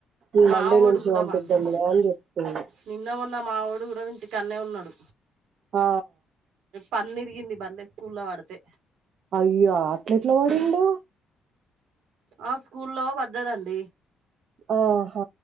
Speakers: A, on the right; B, on the right.
A: మావోడు
B: మండే నుంచి
A: కూడా
B: పంపిద్దాంలే
A: మండి
B: అని చెప్తుంది.
A: నిన్న మొన్న మా వోడు గుడం ఇంటికాన్నే ఉన్నడు.
B: ఆ
A: పన్న విరిగింది బల్లేె స్కూల్లో పడితే
B: అయ్యా అట్ల ఎట్ల పడిండు?
A: ఆ స్కూల్లో పడ్డడండి.
B: ఆహ